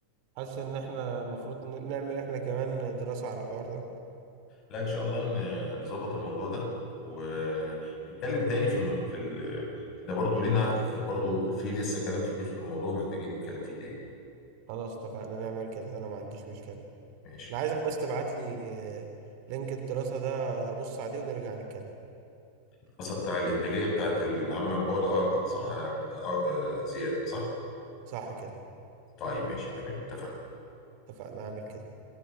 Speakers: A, on the right; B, on the left.
A: حاسس ان احنا المفروض ن- نعمل احنا كمان دراسة على الحوار ده
B: لا ان شاء الله ن- نظبط الموضوع ده ونتكلم تاني في الم... في ال... لان برضه لينا برضه في لسه كلام كتير في الموضوع محتاجين نتكلم فيه تاني
A: خلاص اتفقنا نعمل كده انا ما عنديش مشكلة
B: ماشي
A: انا عايزك بس تبعت لي آه، لينك الدراسة ده ابص عليه ونرجع نتكلم
B: الدراسة بتاع الإنتاجية بتاعت العمل عن بعد أفضل صح؟ آه، آه، آه، زيادة صح؟
A: صح كده
B: طيب ماشي تمام اتفقنا
A: اتفقنا اعمل كده